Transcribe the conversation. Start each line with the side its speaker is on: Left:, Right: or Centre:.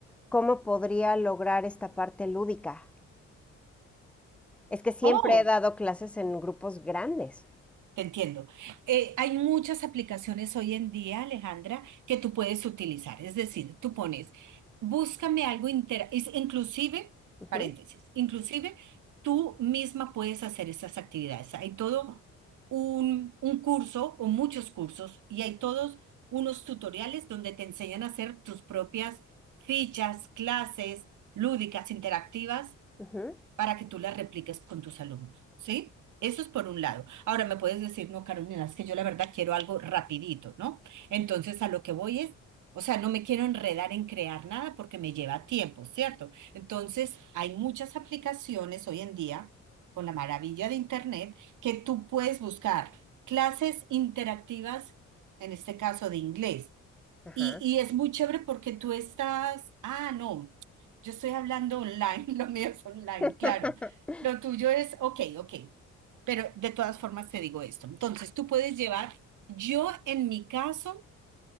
Centre: ¿cómo podría lograr esta parte lúdica? Es que siempre
Right: Oh,
Centre: he dado clases en grupos grandes.
Right: Te entiendo. Eh, hay muchas aplicaciones hoy en día, Alejandra, que tú puedes utilizar. Es decir, tú pones, búscame algo inter, es- inclusive,
Centre: Ujú,
Right: paréntesis, inclusive tú misma puedes hacer estas actividades. Hay todo un, un curso o muchos cursos y hay todos unos tutoriales donde te enseñan a hacer tus propias fichas, clases lúdicas, interactivas
Centre: ujú,
Right: para que tú las repliques con tus alumnos, ¿sí? Eso es por un lado. Ahora me puedes decir, no, Carolina, es que yo la verdad quiero algo rapidito, ¿no? Entonces a lo que voy es, o sea, no me quiero enredar en crear nada porque me lleva tiempo, ¿cierto? Entonces hay muchas aplicaciones hoy en día, con la maravilla de Internet, que tú puedes buscar clases interactivas, en este caso de inglés.
Centre: ajá,
Right: Y, y es muy chévere porque tú estás, ah, no, yo estoy hablando online, <laughs> lo mío es online,
Centre: <laughs>
Right: claro. Lo tuyo es, ok, ok, pero de todas formas te digo esto. Entonces, tú puedes llevar, yo en mi caso,